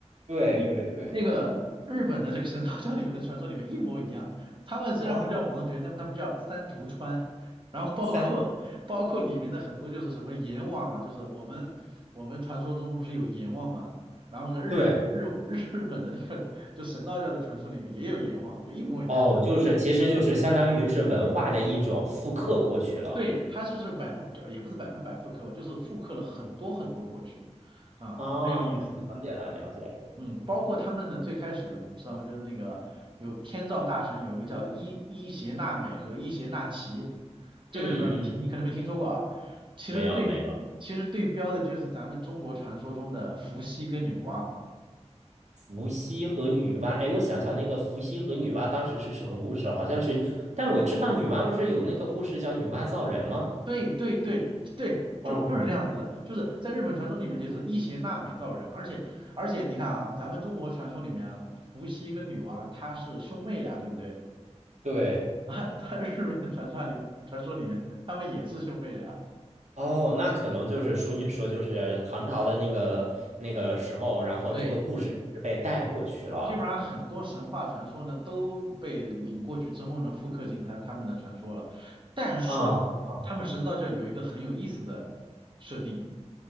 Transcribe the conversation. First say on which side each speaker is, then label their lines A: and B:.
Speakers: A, on the right; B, on the right.
A: 对对对
B: 一那个日本的这个神道教里面的传说里面一模一样，他们虽然不叫黄泉，
A: 啊，
B: 但他们叫三途川，然后包括包括里面的很多就是什么阎王啊，
A: 三
B: 就是我们我们传说中不是有阎王嘛，然后呢日日日日本的那个就神道教的传说里面也有阎王，
A: 对
B: 就一模一样，
A: 哦，
B: 你知道吗？
A: 就是其实就是相当于是文化的一种复刻过去了
B: 对，他就是百分，也不是百分百复刻吧，就是复刻了很多很多过去，啊，
A: 啊，
B: 很有意思。
A: 了解了了解了，
B: 嗯，包括他们的最开始的，你知道吗？就是那个有天照大神有一个叫伊伊邪那美和伊邪那岐，这个不知道你听，
A: 嗯嗯，
B: 你可能没听说过啊。其实对，
A: 没有没有。
B: 其实对标的就是咱们中国传说中的伏羲跟女娲。
A: 伏羲和女娲，哎，我想想那个伏羲和女娲当时是什么故事啊？好像是，但我知道女娲不是有那个故事叫女娲造人吗？
B: 对对对对，
A: 啊，
B: 就就是这样子的，就是在日本传说里面就是伊邪那美造人，而且而且你看啊，咱们中国传说里面啊，伏羲跟女娲她是兄妹俩，对不对？
A: 对，
B: <laughs> 啊，他日本传说里传说里面他们也是兄妹俩。
A: 哦，那可能就是属你说，就是唐朝的那个那个时候，然后这个故事是被带过去了。
B: 对，基本上很多神话传说呢都被领过去之后呢，复刻进他他们的传说了。但是啊，
A: 啊，啊，
B: 他们神道教有一个很有意思的设定，